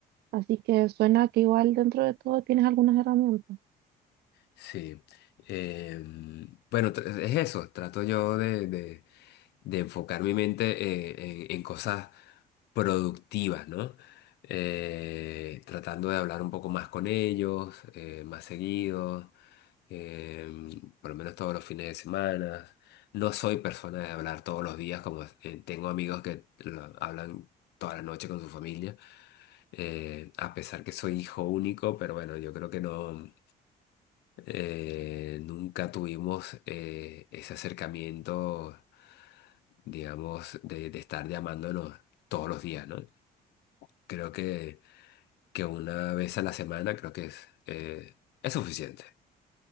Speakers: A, on the right; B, on the left.
A: Así que suena que igual dentro de todo tienes algunas herramientas.
B: Sí. Em, bueno, tr- es eso. Trato yo de, de- de enfocar mi mente eh, en, en cosas productivas, ¿no? Eh, tratando de hablar un poco más con ellos, eh, más seguido. eh, por lo menos todos los fines de semana. No soy persona de hablar todos los días, como eh, tengo amigos que lo- hablan toda la noche con su familia, eh, a pesar que soy hijo único, pero bueno, yo creo que no, eh, nunca tuvimos eh, ese acercamiento, digamos, de, de estar llamándonos todos los días, ¿no? Creo que, que una vez a la semana creo que es, eh, es suficiente.